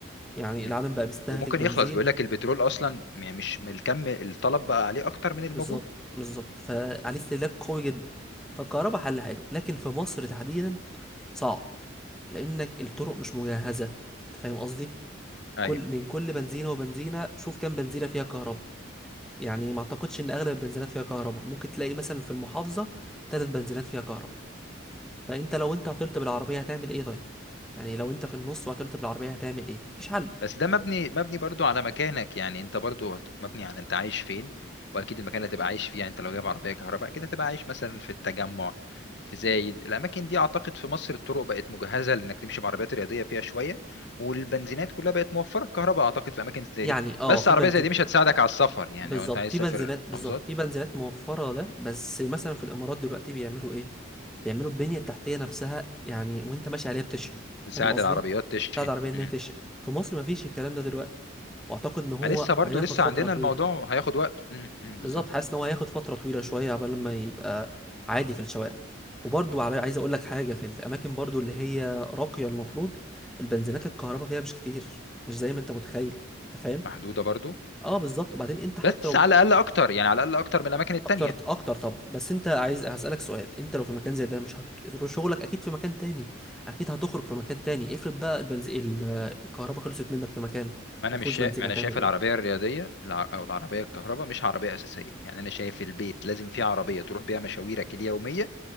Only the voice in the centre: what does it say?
يعني
العالم بقى بيستهلك
بنزين
بالظبط بالظبط فعليه استهلاك قوي جدا فالكهرباء حل حلو لكن في مصر تحديدا صعب لانك الطرق مش مجهزه انت فاهم قصدي
كل من كل بنزينه وبنزينه شوف كام بنزينه فيها كهرباء يعني ما اعتقدش ان اغلب البنزينات فيها كهرباء ممكن تلاقي مثلا في المحافظه ثلاث بنزينات فيها كهرباء فانت لو انت عطلت بالعربيه هتعمل ايه طيب يعني لو انت في النص وعطلت بالعربيه هتعمل ايه مفيش حل
يعني
اه
في
بنزين
بالظبط
في
بنزينات
بالظبط في بنزينات موفرة ده بس مثلا في الإمارات دلوقتي بيعملوا إيه؟ بيعملوا البنية التحتية نفسها يعني وأنت ماشي عليها بتشحن
فاهم قصدي؟
بتاع العربية إن
هي تشحن في مصر مفيش الكلام ده دلوقتي وأعتقد إن هو
هياخد
فترة
طويلة
بالظبط حاسس إن هو هياخد فترة طويلة شوية عبال ما يبقى عادي في الشوارع وبرضو على- عايز أقول لك حاجة في الأماكن برضو اللي هي راقية المفروض البنزينات الكهرباء فيها مش كتير مش زي ما أنت متخيل أنت فاهم؟
اه بالظبط وبعدين انت حتى
لو
اكتر اكتر طبعا بس انت عايز هسألك سؤال انت لو في مكان زي ده مش هتروح شغلك اكيد في مكان تاني اكيد هتخرج في مكان تاني افرض بقى البنزين الكهرباء خلصت منك في مكان
ما فيهوش
بنزين
هتعمل
ايه